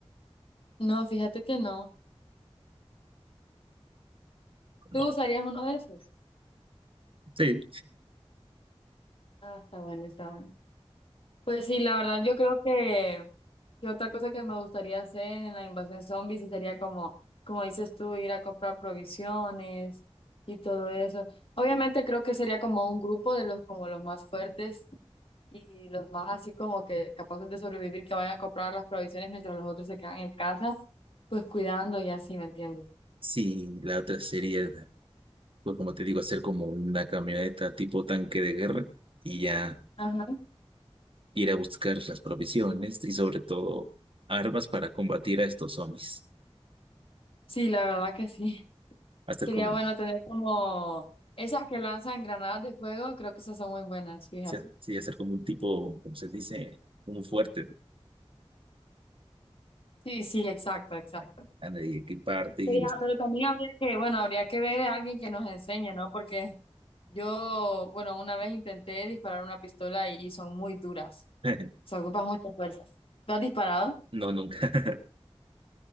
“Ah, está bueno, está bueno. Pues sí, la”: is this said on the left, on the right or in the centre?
Left